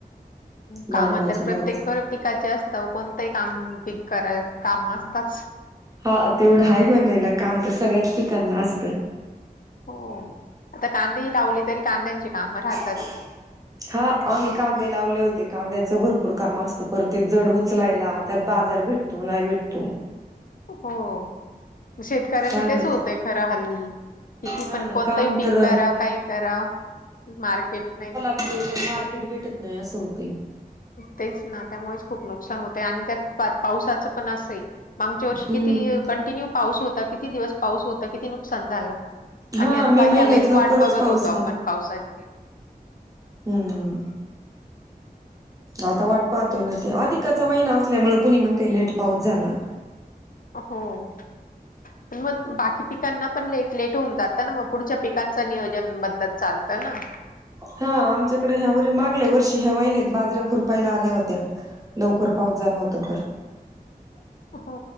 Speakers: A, on the left; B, on the right.
A: काम
B: डाळिंबाच्या
A: तर प्रत्येक
B: बागेस
A: पिकाचे असतांव कोणतेही काम पिक करा काम असताच.
B: हा तेवढं आहे हो नाय ला काम तर सगळ्याच पिकांना असत.
A: हो आता कांदेही लावले तरी कांद्यांचे काम राह
B: <unintelligible> हा आम्ही कांदे लावले होते, कांद्याचं भरपूर काम असतं पर ते जड उचलायला त्यात बाजार भेट तो नाही भेटतो
A: हो शेतकऱ्याचं
B: कांद्याच
A: तेच होतय खरं हल्ली. किती
B: हा
A: पण
B: ना
A: कोणतंही
B: काम
A: पिक
B: तर
A: करा काही करा मार्केट नाही.
B: ते पण मार्केट भेटत नाही असं होतंय.
A: तेचं नां त्यामुळे चं खूंप नुकसांन होतंय आणि त्यांत पावसाचं पणं असंय मागच्यां वर्षी
B: हम्म
A: किती कंटिन्यू पाऊस होतां किती दिवसं पाऊस होतां किती नुकसांन झालं
B: हा
A: आणि आंता
B: मे महिन्यात
A: ह्यां वळेस
B: लवकरच
A: वांट बघतं
B: पाऊस
A: होतो आपणं पावसाची
B: हम्मं आंता वांट पाहतोय नां ते अधिकच्या महिना असल्यामुळें कुंणी म्हणते लेट पाऊस झांला
A: हम्मं
B: हं
A: मंग बाकी पिकांना पणं लेट लेट होऊंन जातं नां मगं पुढच्या पिकांच नियोजन बदलतं चालतं त्यां नां
B: हां आमच्याकडे ह्यां व मागल्या वर्षी ह्यां महिन्यांत बाजऱ्यां खुरपायला आल्यां होत्यां लवकरं पाऊस झांला होतां तरं
A: हो